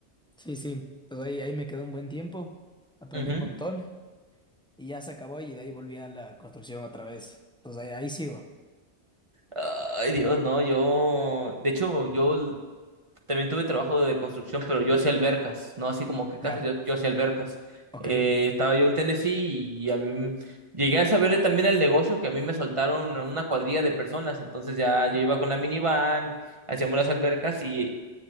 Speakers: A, in the centre; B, on the right (about 30°).
A: sí, sí. Entonces ahí, ahí me quedé un buen tiempo, aprendí
B: Ujú.
A: un montón y ya se acabó y de ahí volví a la construcción otra vez. Entonces ahí, ahí sigo.
B: Ay, Dios, no, yo. De hecho, yo l- también tuve trabajo de construcción, pero yo hacía albercas, no así como que
A: Ya,
B: casas, yo, yo hacía albercas.
A: ok,
B: Eh, estaba yo en Tennessee y a mí m- llegué a saberle también al negocio que a mí me soltaron una cuadrilla de personas, entonces ya yo iba con la minivan, hacíamos las albercas y